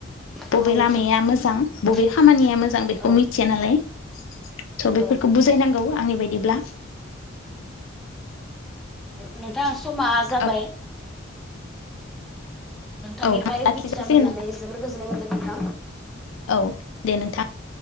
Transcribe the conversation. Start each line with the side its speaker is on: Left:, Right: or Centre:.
Centre: औ
Left: बबे
Centre: नोंथां
Left: लामाया मोजां
Centre: नंगौ
Left: बबे खामानिया मोजां बेखौ
Centre: औ
Left: मिथिया नालाय स' बेफोरखौ
Centre: औ
Left: बुजायनांगौ आंनि बायदिब्ला
Centre: नोंथांा समा जाबाय
Left: औ
Centre: नोंथांनिफ्राय
Left: औ लाखिजासिगोन
Centre: मिथिना मोननानै
Left: नोंथां
Centre: जोबोर गोजोननाय मोनदों नोंथां
Left: औ दे नोंथां